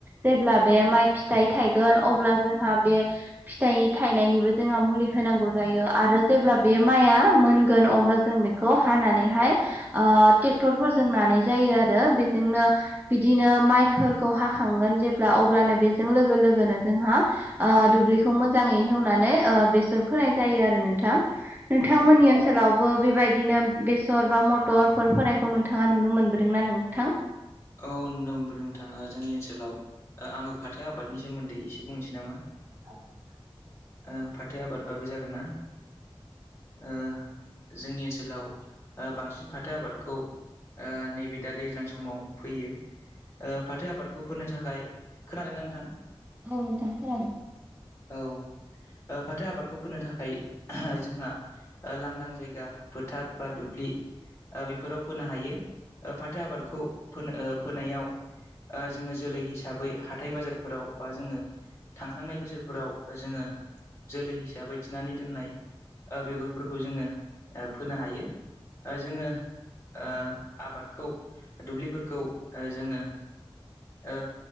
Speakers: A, on the right; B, on the left.
A: जेब्ला बे माइ फिथाइ थाइगोन अब्ला जोंहा बे फिथाइ थाइनायनिबो जोंहा मुलि होनांगौ जायो, आरो जेब्ला बे माइआ मोनगोन अब्ला जों बेखौ हानानैहाय ओ टेक्टरफोरजों नानाय जायो आरो। बेजोंनो बिदिनो माइ फोरखौ हाखांगोन जेब्ला अब्लानो बेजों लोगो-लोगोनो जोंहा ओ दुब्लिखौ मोजांङै हेवनानै ऐ बेसर फोनाय जायो आरो नोंथां। नोंथांमोननि
B: औ
A: ओनसोलाव बो बेबायदिनो बेसर बा मटरफोर फोनायखौ नोंथांङा नुनो मोनबोदोंना नोंथां?
B: औ नुनो नोंथां जोंनि ओनसोलाव आङो फाथो आबादनि सोमोन्दै एसे बुंनोसै नामा?
A: <inaudible>
B: ओ फाथो आबादबाबो जागोन ना? ओ जोंनि ओनसोलाव ओ बांसिन फाथो आबादखौ ओ नैबे दा दैज्लां समाव फोयो। ओ फाथो आबादखौ फोनो थाखाय खोनादोंना नोंथां?
A: औ नोंथां खोनादों।
B: औ ओ फाथो आबादखौ फोनो थाखाय जोंहा ओ लांदां जायगा फोथार बा दु ब्लि ओ बेफोराव फोनो हायो। ओ फाथो आबादखौ फोनो ओ फोनायाव ओ जोङो जोलै हिसाबै हाथाय बाजारफोराव बा जोङो थांखांनाय बोसोरफोराव जोङो जोलै हिसाबै थिनानै दोननाय ओ बेगरफोरखौ जोङो ओ फोनो हायो। ओ जोङो ओ आबादखौ दुब्लिफोरखौ ओ जोङो ओ